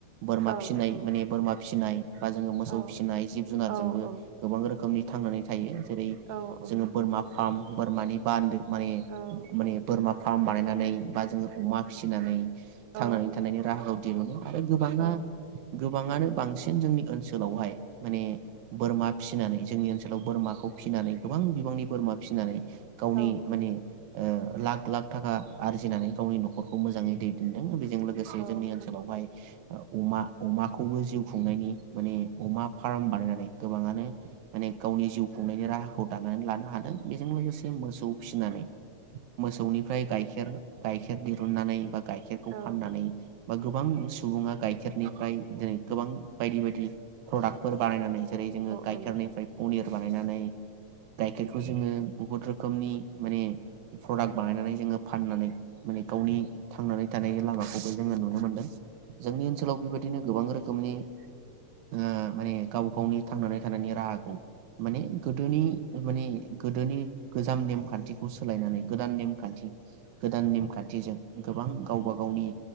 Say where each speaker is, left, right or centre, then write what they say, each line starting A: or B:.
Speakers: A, on the right; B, on the right.
A: बोरमा
B: औ औ
A: फिसिनाय
B: औ
A: माने बोरमा फिसिनाय बा जोङो मोसौ
B: औ
A: फिसिनाय जिब जुनारजोंबो
B: औ
A: गोबां रोखोम रोखोमनि थांनानै थायो जेरै जोङो
B: औ औ नंगौ
A: बोरमा फार्म बोरमानि बान्दो माने
B: औ
A: माने
B: औ
A: बोरमा फार्म बानाय फनानै बा जोङो अमा फिसिनानै
B: औ
A: थांनानै थानायनि राहाखौ दिहुनो आरो गोबाङा
B: औ
A: गोबाङानो बांसिन जोंनि ओनसोलावहाय माने बोरमा फिसिनानै जोंनि ओनसोलाव बोरमाखौ फिसिनानै गोबां बिबांनि बोरमा फिसिनानै गावनि
B: औ नंगौ
A: माने ओ लाख लाख थाखा आरजिनानै गावनि न'खरखौ मोजाङै दैदेनदों जों लोगोसे जोंनि
B: औ
A: ओनसोलावहाय उमा अमा खौबो जिउ खुंनायनि माने अमा फार्म बानायनानै गोबाङानो माने गावनि जिउ खुंनायनि राहा खौ दानानै लानो हादों बेजों लोगोसे मोसौ फिसिनानै मोसौनिफ्राय गायखेर गायखेर दिरूननानै बा गायखेरखौ
B: औ
A: फाननानै बा गोबां सुबुङा गाइखेरनिफ्राय जेरै गोबां बायदि बायदि प्रदाक्टफोर बानायनानै जेरै जोङो गाइखेरनिफ्राय
B: औ नंगौ नोंथां
A: पनिर बानायनानै गाइखेरखौ जोङो बुहुत रोखोमनि माने प्रदाक बानायनानै जोङो फाननानै माने गावनि थांनानै थानाय लामाखौबो जोङो नुनो मोनदों जोंनि ओनसोलाव बेबायदिनो गोबां रोखोमनि ओ माने गाव गावनि थांनानै थानायनि राहाखौ माने गोदोनि माने गोदोनि गोजाम नेमखानथिखौ सोलायनानै गोदान नेमखानथि गोदान नेम खानथिजों गोबां गावबा गावनि